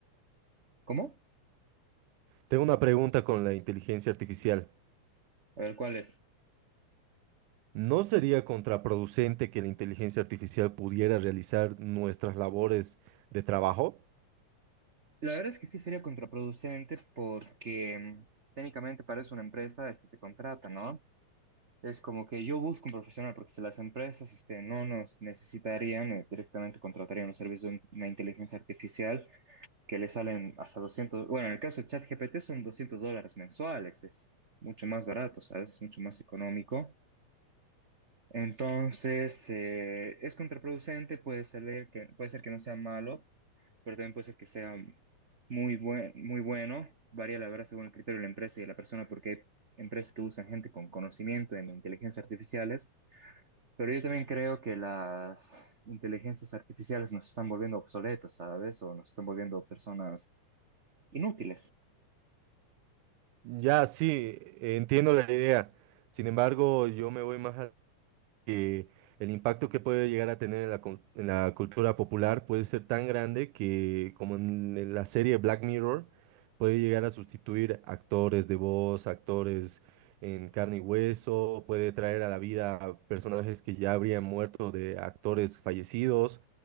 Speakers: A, on the right; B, on the right.
A: ¿Cómo?
B: Tengo una pregunta con la inteligencia artificial.
A: A ver, ¿cuál es?
B: ¿No sería contraproducente que la inteligencia artificial pudiera realizar nuestras labores de trabajo?
A: La verdad es que sí sería contraproducente porque mm, técnicamente para eso una empresa este, te contrata, ¿no? Es como que yo busco un profesional porque si las empresas este, no nos necesitarían, eh, directamente contratarían un servicio de una inteligencia artificial que le salen hasta 200, bueno, en el caso de ChatGPT son 200 dólares mensuales, es mucho más barato, ¿sabes? Es mucho más económico. Entonces, eh, es contraproducente, puede ser que, puede ser que no sea malo, pero también puede ser que sea muy buen, muy bueno. Varía la verdad según el criterio de la empresa y de la persona porque hay empresas que usan gente con conocimiento en inteligencias artificiales pero yo también creo que las inteligencias artificiales nos están volviendo obsoletos, ¿sabes? O nos están volviendo personas inútiles,
B: Ya, sí, entiendo la idea. Sin embargo, yo me voy más que el impacto que puede llegar a tener en la, cul- en la cultura popular puede ser tan grande que, como en la serie Black Mirror, puede llegar a sustituir actores de voz, actores en carne y hueso, puede traer a la vida a personajes que ya habrían muerto de actores fallecidos,